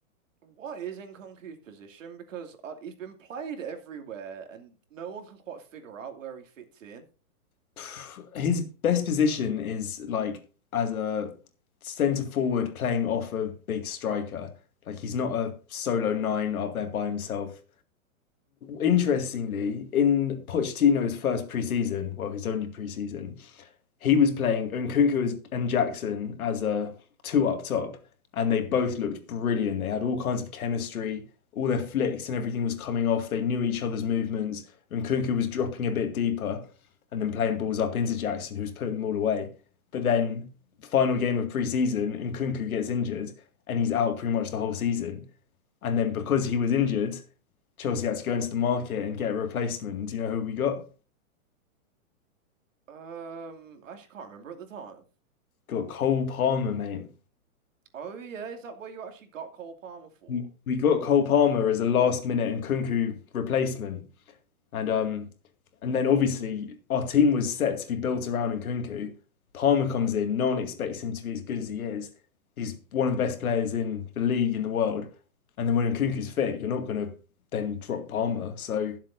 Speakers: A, on the right; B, on the left.
A: What is Nkunku's position? Because uh, he's been played everywhere, and no one can quite figure out where he fits in.
B: <sighs> His best position is like as a centre forward playing off a big striker. Like he's not a solo nine up there by himself. Interestingly, in Pochettino's first preseason, well, his only preseason, he was playing Nkunku and Jackson as a two up top, and they both looked brilliant. They had all kinds of chemistry, all their flicks and everything was coming off. They knew each other's movements. Nkunku was dropping a bit deeper and then playing balls up into Jackson, who was putting them all away. But then, final game of preseason, Nkunku gets injured and he's out pretty much the whole season. And then, because he was injured, Chelsea had to go into the market and get a replacement. Do you know who we got?
A: Um, I actually can't remember at the time.
B: Got Cole Palmer, mate.
A: Oh yeah, is that what you actually got Cole Palmer for?
B: we we got Cole Palmer as a last minute and Kunku replacement, and um, and then obviously our team was set to be built around Nkunku. Palmer comes in, no one expects him to be as good as he is. He's one of the best players in the league in the world, and then when Nkunku's fit, you're not gonna then drop Palmer. So